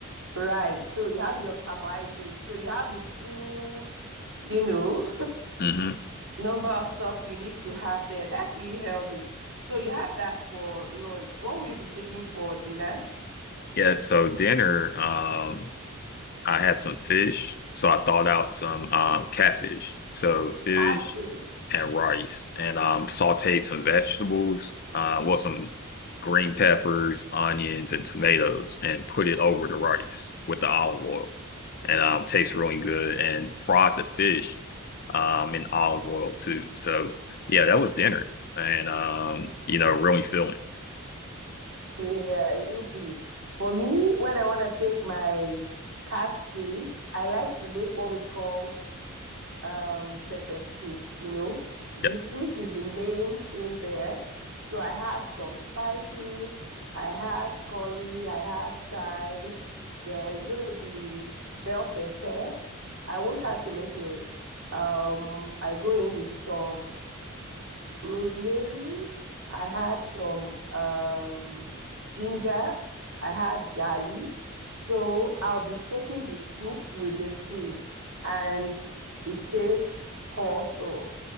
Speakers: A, on the right; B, on the left.
A: Rice. So you have your carbohydrates. So you have the full, you know,
B: hmm
A: number of stuffs you need to have there. That's really healthy. So you had that for lunch. What will you be taking for dinner?
B: Yeah, so dinner, um, I had some fish, so I thawed out some um, catfish. So fish.
A: Catfish.
B: and rice, and um, sauteed some vegetables, uh, well, some green peppers, onions, and tomatoes, and put it over the rice with the olive oil, and um, tastes really good. And fried the fish um, in olive oil too. So yeah, that was dinner, and um, you know, really filling.
A: Yeah, it'll be. For me, when I want to take my catfish, I like to make what we call um pepper soup, you know. The
B: Yep,
A: fish is the main thing there. So I had some spices, I had curry, I had thyme. There's gonna be bell pepper. I won't have tomatoes. Um, I go in with some rosemary, I had some um, ginger, I had garlic. So I'll be taking the soup with the fish and it tastes awesome.